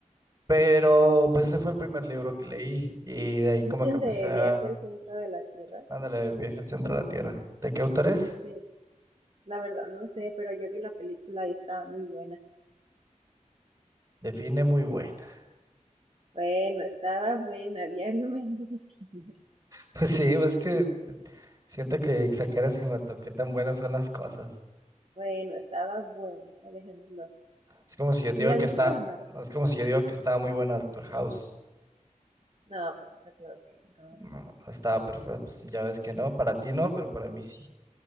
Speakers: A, on the right (about 25°); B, on the right (about 45°).
A: pero pues ese fue el primer libro que leí y de ahí
B: ¿No
A: como
B: es el
A: que empecé
B: de
A: a,
B: Viaje al Centro de la Tierra?
A: ándale, viaje al centro de la Tierra. ¿De qué autor es?
B: Sí, sí. la verdad no sé, pero yo vi la película y estaba muy buena.
A: Define muy buena. <laughs>
B: Bueno, estaba buena, <laughs> diario me andas diciendo.
A: Pues sí, pues es que siento que exageras en cuanto a qué tan buenas son las cosas.
B: Bueno, estaba buena, ah, dejémoslo así.
A: Es como
B: ¿Sí,
A: si yo
B: sí
A: te digo
B: la
A: que
B: viste
A: está,
B: o no?
A: es como si yo digo que estaba muy buena Doctor House.
B: No, pues eso claro que no.
A: No, estaba perfecta, pues ya ves que no, para ti no, pero para mí sí.